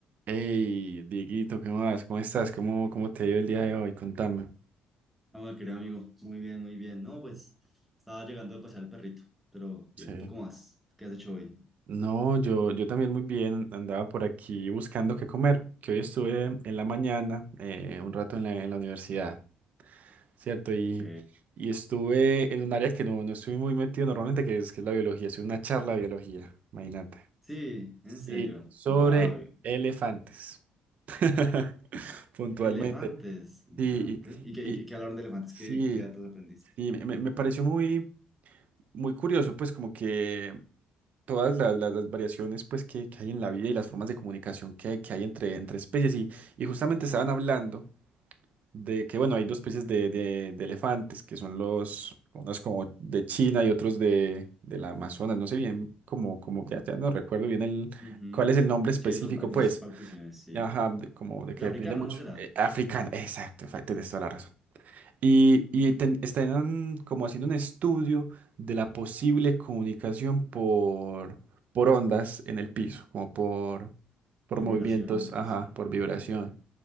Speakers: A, on the right; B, in the centre.
A: Hey, Dieguito, ¿qué más? ¿Cómo estás? ¿Cómo, cómo te ha ido el día de hoy? Contame.
B: Ah, bueno, querido amigo, muy bien, muy bien. No, pues estaba llegando de pasear al perrito, pero bien,
A: Sí,
B: ¿tú cómo vas? ¿Qué has hecho hoy?
A: No, yo, yo también muy bien, andaba por aquí buscando qué comer, que hoy estuve en la mañana, eh, un rato en la, en la universidad, ¿cierto? Y,
B: Ok.
A: y estuve en un área que no, no estoy muy metido normalmente, que es, que es la biología, estuve una charla de biología, imagínate.
B: Sí, en
A: Sí,
B: serio.
A: sobre
B: Guau.
A: elefantes, <laughs> puntualmente.
B: Elefantes, interesante.
A: Sí,
B: ¿Y qué,
A: y,
B: y
A: y-
B: qué- qué hablaron de elefantes?
A: sí,
B: ¿Qué, qué datos aprendiste?
A: sí, me, me pareció muy... muy curioso, pues como que todas las, las- las variaciones pues que, que hay en la vida y las formas de comunicación que, que hay entre, entre especies y, y justamente estaban hablando de que bueno, hay dos especies de, de- de elefantes que son los, unos como de China y otros de, de la Amazonas, no sé bien como, como ya, ya no recuerdo bien el,
B: Ujú.
A: cuál es el nombre específico
B: Sí, hay dos, hay dos
A: pues,
B: particiones, sí.
A: ajá, de- como de que
B: El africano
A: depende mucho,
B: no será,
A: Eh, africano, exacto, fa- tenés toda la razón. Y, y ten- están como haciendo un estudio de la posible comunicación por, por ondas en el piso, como por, por
B: por
A: movimientos,
B: vibración en el piso.
A: ajá, por vibración.
B: Ok.